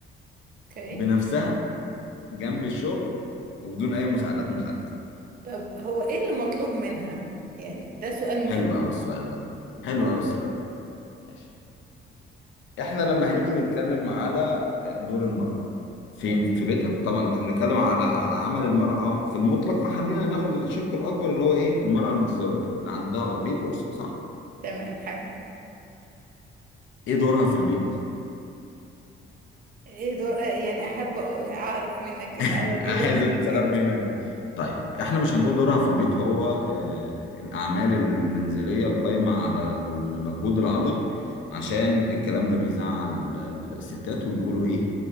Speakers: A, on the right (about 45°); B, on the left (about 70°).
A: اوكي
B: بنفسها جنب الشغل وبدون اي مساعدات من حد
A: طب هو ايه اللي مطلوب منها؟ يعني ده سؤال
B: حلو
A: مهم
B: قوي السؤال ده حلو
A: أيوة.
B: قوي السؤال ده ماشي احنا لما هنيجي نتكلم على دور المرأة فين
A: اوكي
B: في بيتها طبعا احنا بنتكلم على على عمل المرأة آه، في المطلق فخلينا ناخد الشق الأكبر اللي هو إيه المرأة المتزوجة اللي عندها بيت وأسرة صح؟
A: تمام حلو
B: إيه دورها في البيت؟
A: ايه دور آه، يعني أحب أعرف منك الأول
B: <laughs> عايزه
A: ايه دورها
B: تتصرف
A: في البيت؟
B: هنا طيب احنا مش هنقول دورها في البيت هو آه، الاعمال المنزليه القائمه على المجهود العضلي عشان الكلام ده بيزعل الستات وبيقولوا ايه